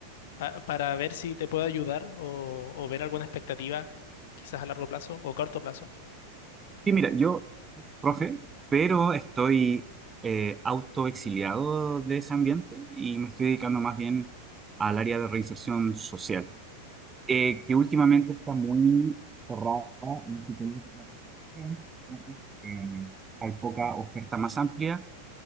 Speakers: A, on the left; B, on the right.
A: pa- para ver si te puedo ayudar o, o ver alguna expectativa, quizás a largo plazo o corto plazo.
B: Sí, mira, yo, profe, pero estoy eh, autoexiliado de ese ambiente y me estoy dedicando más bien al área de reinserción social, eh, que últimamente está muy cerrada en psicólogos y psicológica. Entonces, eh, hay poca oferta más amplia